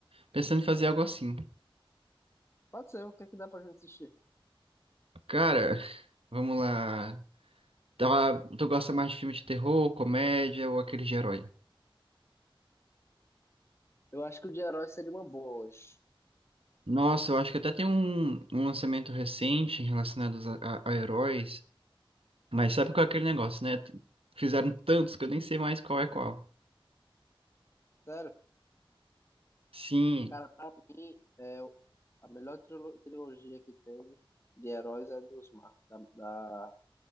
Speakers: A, on the right; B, on the left.
A: pensando em fazer algo assim.
B: Pode ser, o que é que dá pra gente assistir?
A: Cara, vamos lá. Tá, tu gosta mais de filme de terror, comédia ou aquele de herói?
B: Eu acho que o de herói seria uma boa hoje.
A: Nossa, eu acho que até tem um, um lançamento recente relacionado a, a- a heróis, mas sabe qual é aquele negócio, né? T- Fizeram tantos que eu nem sei mais qual é qual.
B: Sério?
A: Sim,
B: Cara, pra mim, é a melhor trilo- trilogia que teve de heróis é dos Mar, da, da-